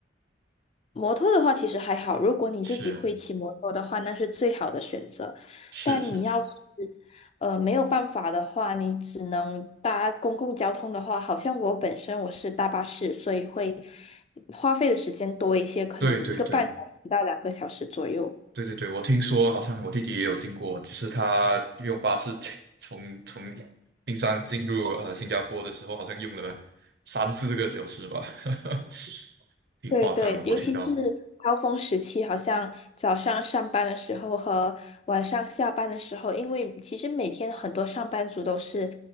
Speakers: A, on the left (about 35°); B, on the right (about 60°).
A: 摩托的话其实还好，如果你自己会骑摩托的话，
B: 是
A: 那是最好的选择。
B: 是是，
A: 但你要是
B: 是
A: 呃没有办法的话，你只能搭公共交通的话，好像我本身我是搭巴士，所以会花费的时间多一些，可能一个半小时到两个小时左右。
B: 对对对。对对对，我听说好像我弟弟也有经过，就是他用巴士进从从冰山进入呃新加坡的时候，好像用了三四个小时吧，<laughs> 挺夸张的，
A: 对对，
B: 我听到。
A: 尤其是高峰时期，好像早上上班的时候和晚上下班的时候，因为其实每天很多上班族都是